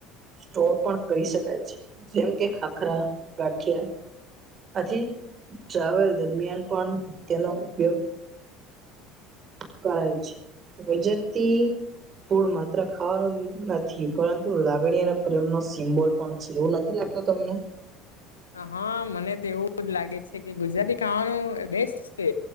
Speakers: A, on the right; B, on the left.
A: સ્ટોર પણ કરી શકાય છે જેમ કે ખાખરા ગાઠિયા. આથી ટ્રાવેલ દરમિયાન પણ તેનો ઉપયોગ. કરાય છે વજેતિ. ફૂડ માત્ર ખાવાનું નથી પરંતુ લાગણી અને પ્રેમ નો સિમ્બોલ પણ છે એવું નથી લાગત. તો તમને.
B: હા મને તો એવું જ લાગે છે કે ગુજરાતી ખાવાનું બેસ્ટ છે.